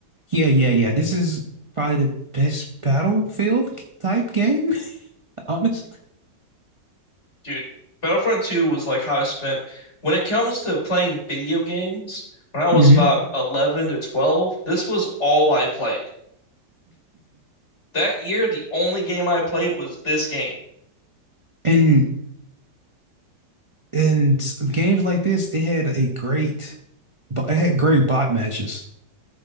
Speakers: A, on the right; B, on the left.
A: Yeah, yeah, yeah. This is probably the best Battlefield type game, <laughs> honestly.
B: Dude, Battlefront 2 was like how I spent when it comes to playing video games. When I was
A: hmm
B: about 11 to 12, this was all I played. That year, the only game I played was this game.
A: And and s- games like this, it had a great, bo- it had great bot matches.